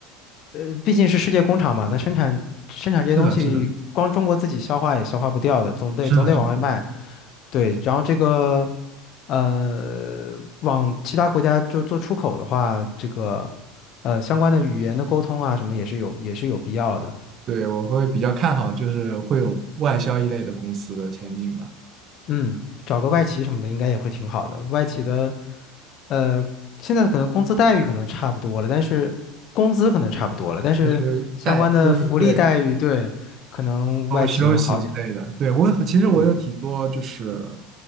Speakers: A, on the left; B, on the right.
A: 呃，毕竟是世界工厂嘛，它生产生产这些东西，
B: <laughs> 是的，是的，
A: 光中国自己消化也消化不掉的，总得总得往外卖，
B: 是的，是的，
A: 对，然后这个，呃，往其他国家就做出口的话，这个，呃，相关的语言的沟通啊什么也是有也是有必要的。
B: 对，我会比较看好就是会有外销一类的公司的前景吧。
A: 嗯，找个外企什么的应该也会挺好的。外企的，呃，现在可能工资待遇可能差不多了，但是工资可能差不多了，但是相关的福利待遇，
B: 就是带，就是对，
A: 对，可能外企能好一点。
B: 包括休息之类的。对，我其实我有挺多就是，
A: 对对，